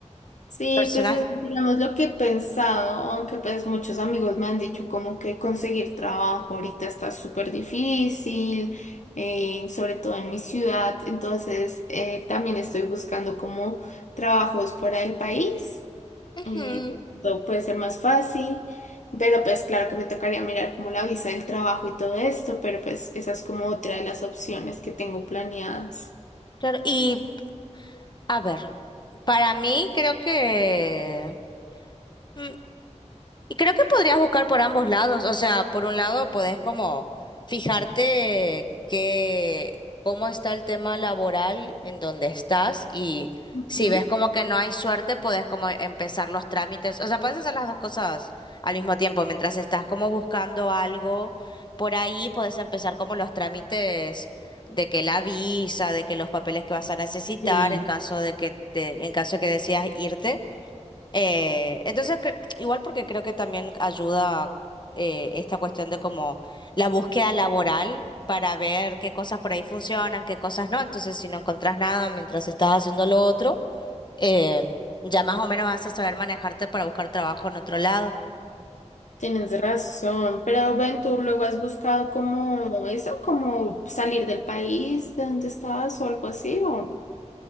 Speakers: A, on the left; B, on the left.
A: Sí,
B: personal.
A: pues es, digamos lo que he pensado, aunque pues muchos amigos me han dicho como que conseguir trabajo ahorita está súper difícil, eh, sobre todo en mi ciudad, entonces eh, también estoy buscando como trabajos fuera del país.
B: Ujú,
A: eh, todo puede ser más fácil, pero pues claro que me tocaría mirar como la visa del trabajo y todo esto, pero pues esa es como otra de las opciones que tengo planeadas.
B: Claro, y A ver, para mí creo que mm, y creo que podrías buscar por ambos lados, o sea, por un lado podés como fijarte que cómo está el tema laboral en donde estás y
A: Ujú.
B: si ves como que no hay suerte, podés como empezar los trámites, o sea, puedes hacer las dos cosas al mismo tiempo, mientras estás como buscando algo por ahí, puedes empezar como los trámites de que la visa, de que los papeles que vas a necesitar
A: Sí.
B: en caso de que te, en caso de que decidas irte. Eh, entonces, cre- igual porque creo que también ayuda eh, esta cuestión de como la búsqueda laboral para ver qué cosas por ahí funcionan, qué cosas no. Entonces, si no encontrás nada mientras estás haciendo lo otro, eh, ya más o menos vas a saber manejarte para buscar trabajo en otro lado.
A: Tienes razón, pero ven, tú luego has buscado como eso, como salir del país de donde estabas o algo así, o...